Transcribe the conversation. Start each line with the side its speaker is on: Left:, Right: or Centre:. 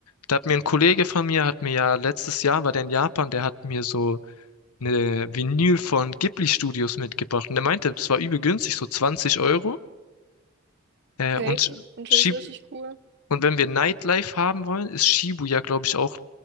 Left: Da hat mir ein Kollege von mir, hat mir ja letztes Jahr, war der in Japan, der hat mir so eine Vinyl von Ghibli Studios mitgebracht. Und der meinte, das war übel günstig, so 20 Euro. Äh,
Right: Kate,
Left: und,
Right: natürlich
Left: Shib
Right: richtig cool.
Left: und wenn wir Nightlife haben wollen, ist Shibuya, glaube ich, auch